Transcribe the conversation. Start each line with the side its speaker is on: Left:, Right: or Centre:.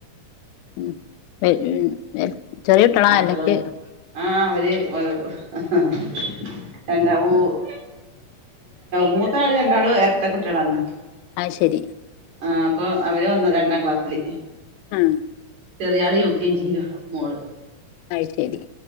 Left: ഉം <unintelligible> കുട്ടികളാ
Right: മക്കളോ
Left: അല്ലെങ്കിൽ
Right: ആ അവര് <unintelligible> <unintelligible> മൂത്താള് രണ്ടാളും എരട്ടക്കുട്ടിയാളാണ്
Left: അത് ശരി
Right: ആ അപ്പൊ അവര്ന്ന് രണ്ടാംക്ലാസ്സില്
Left: ആ
Right: ചെറിയാള് യൂ ക്കെ ജിയിലും മോള്
Left: ആയ്ശരി